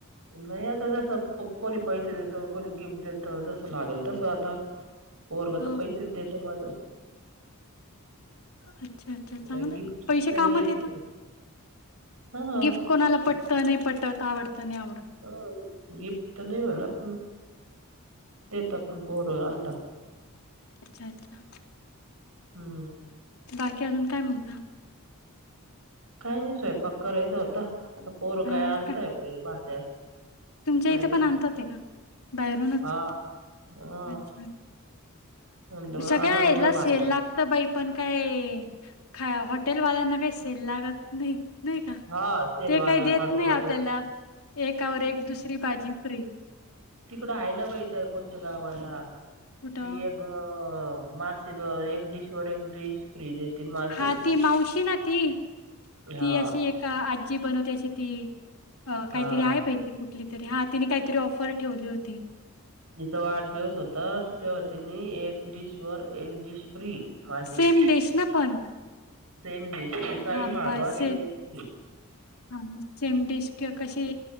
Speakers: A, on the right (about 75°); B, on the left (about 85°).
A: नाही आता जसं कोणी पैसे देत कोणी गिफ्ट देत जसं लागल तस आता पोरग
B: हा
A: तर पैसेच देत माझं
B: अच्छा अच्छा चांगलं
A: काही गिफ्ट
B: पैसे
A: काही
B: कामात
A: देत
B: येत
A: नाही हा
B: गिफ्ट कोणाला पटत नाही पटत आवडत नाही
A: हा गिफ्ट तर नाही म्हणा--् देेतात पण पोर आणता
B: अच्छा अच्छा
A: हम्म.
B: बाकी अजून काय म्हणता?
A: काही नाही स्वयंपाक करायचं आता पोरं
B: हा
A: काय आणताय
B: का
A: भाज्या
B: तुमच्या
A: बाहेरून
B: इथे पण आणतात ते का बाहेरूनच
A: हा हा
B: अच्छा
A: म्हणलं मग
B: सगळ्याला
A: आणा दोन भाज्या
B: सेल लागत बाई पण काय खा हॉटेलवाल्यांना काही सेल लागत नाही नाही का
A: हा सेलवाला
B: ते काही देत
A: हॉटेलवाले
B: नाही आव त्याला एक और एक दुसरी भाजी फ्री
A: तिकड आहे ना बाई त्या कोणच्या गावाला
B: कुठं
A: ती एक अ मासेवर एक डिश वर एक डिश फ्री देते मासेची
B: हा ती मावशी ना ती
A: हा
B: ती अशी ए आजी बनवते अशी ती अ काहीतरी
A: हा
B: आहे बाहि ती कुठ तरी हा तिने काहीतरी ऑफर ठेवली होती
A: जिथ वाढदिवस होत तेव्हा तीने एक डिश वर एक डिश फ्री मासेची
B: सेम डेश ना पण
A: सेम डिश ती काही
B: हा
A: मागवा
B: ब सेम
A: ती डिश फ्री
B: हा सेम डिश किं कशी